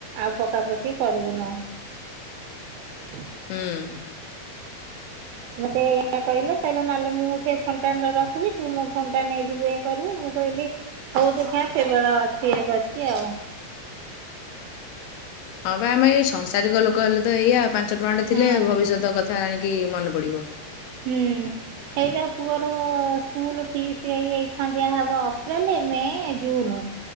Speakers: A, on the right (about 80°); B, on the left (about 85°).
A: ଆଉ ପକା ପକି କରିବୁନଉ। <inaudible>
B: ହୁଁ।
A: ମତେ ଏଇଆ କହିଲେ କହିଲେ ନହେଲେ ମୁଁ ସେ ଫଣ୍ଟା ରଖିବି ତୁ ମୋ ଫଣ୍ଟା ନେଇଯିବୁ ଇଏ କରିବୁ। ମୁଁ କହିଲି ହଉ ଦେଖ୍ୟା ସେ ବେଳ ଅଛି ଇଏ କରିଚି ଆଉ। <inaudible>
B: ହଁ ପା ଆମ ଏଇ ସଂସାରିକ ଲୋକ ହେଲେ ତ ଏଇଆଉ ପାଞ୍ଚ ଟଙ୍କା ଟେ ଥିଲେ
A: ହଁ
B: ଭବିଷ୍ୟତ କଥା ଆଣିକି କି ମନ ପଡିବ।
A: ହୁଁ। ହେଇ ପା ପୁଅର ସ୍କୁଲ୍ ଫିସ୍ଏଇଥା ଦିଆହବ ଅପ୍ରେଲେ ମେ ଜୁନ